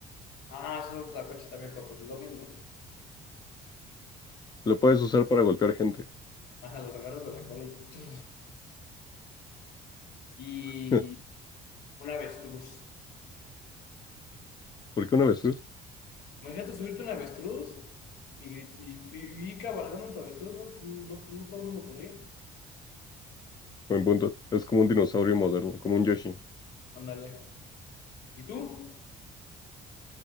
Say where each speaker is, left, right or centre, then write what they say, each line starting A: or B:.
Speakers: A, on the left; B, on the left.
A: Ah, esos son tlacuaches también, pero pues lo mismo.
B: Lo puedes usar para golpear gente.
A: Ajá, los agarras de la cola y... ¡tum! Y
B: <laughs> Ajá.
A: un avestruz.
B: ¿Por qué una avestruz?
A: Imagínate subirte a un avestruz y, gri- y- y- y cabalgando en tu avestruz, ¿no? No, no todo el mundo podría.
B: Buen punto. Es como un dinosaurio moderno, como un Yoshi.
A: Ándale. ¿Y tú?